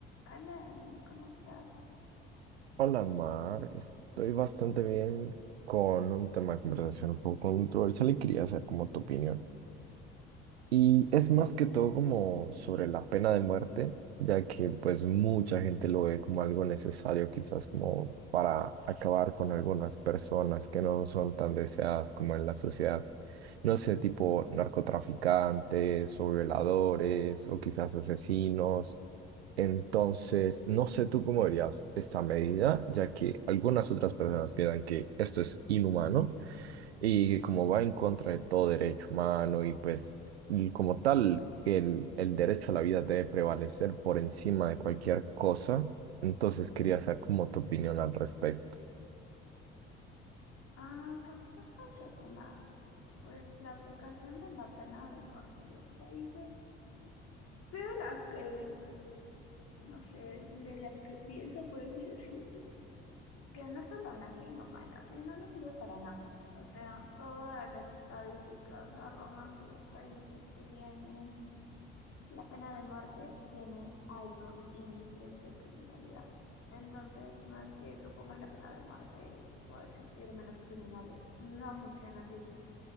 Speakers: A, on the left; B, on the right.
A: Hola Dani, ¿cómo estás?
B: Hola Mar, estoy bastante bien con un tema de conversación un poco controversial y quería saber como tu opinión. Y
A: Bien,
B: es
A: estoy
B: más
A: bien.
B: que todo como sobre la pena de muerte, ya que pues mucha gente lo ve como algo necesario quizás como para acabar con algunas personas que no son tan deseadas como en la sociedad. No sé, tipo narcotraficantes o violadores o quizás asesinos. Entonces, no sé tú cómo verías esta medida, ya que algunas otras personas piensan que esto es inhumano y que como va en contra de todo derecho humano y pues y como tal, que el, el derecho a la vida debe prevalecer por encima de cualquier cosa. Entonces quería saber como tu opinión al respecto.
A: Ah, respecto a ese tema, pues la aplicación de la pena del norte en los países, sé de las que, no sé, de las que pienso, por así decirlo, que no solo no es inhumana, sino no sirve para nada. O sea, todas las estadísticas arrojan que los países que tienen La pena de muerte tiene altos índices de criminalidad. Entonces, no es que tú pongas la pena de muerte y pueda existir menos criminales. No funciona así.